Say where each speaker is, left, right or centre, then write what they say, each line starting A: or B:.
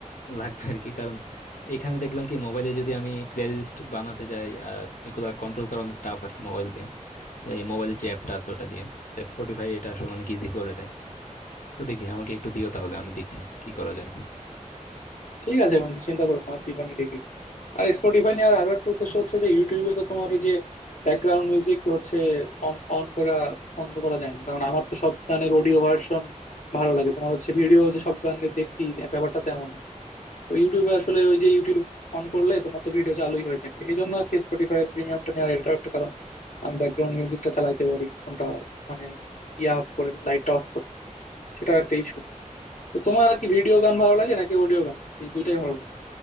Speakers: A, on the left; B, on the left.
A: লাগবে আর কি কারণ এখানে দেখলাম কি মোবাইলে যদি আমি প্লে লিস্ট বানাতে যাই আর এগুলা কন্ট্রোল করা অনেক টাফ আর কি মোবাইল দিয়ে এই মোবাইলের যে অ্যাপটা আছে ওটা দিয়ে স্পটিফাই এটা আসলে অনেক ইজি করে দেয় তো দেখি আমাকে একটু দিও তাহলে আমি দেখি কি করা যায়
B: ঠিক আছে বন্ধু চিন্তা করো না দিবানি দেখি আর স্পটিফাই নিয়ে আর আরো একটা উদ্দেশ্য হচ্ছে যে ইউটিউবে তো তোমার ওই যে ব্যাকগ্রাউন্ড মিউজিক হচ্ছে অন অন করা বন্ধ করা যায় না কারণ আমার তো সব গানের অডিও ভার্সন ভালো লাগে তোমার হচ্ছে ভিডিও যে সব গানকে দেখছি ব্যাপারটা তেমন না তো ইউটিউবে আসলে ওই যে ইউটিউব অন করলে তোমার তো ভিডিও চালুই হয়ে থাকে এই জন্য আর কি স্পটিফাই প্রিমিয়ামটা নেওয়ার এটাও একটা কারণ আমি ব্যাকগ্রাউন্ড মিউজিকটা চালাইতে পারি কোনটা মানে ইয়া অফ করে লাইটটা অফ করে সেটাও একটা ইস্যু তো তোমার আর কি ভিডিও গান ভালো লাগে নাকি অডিও গান এই দুইটাই ভালো লাগে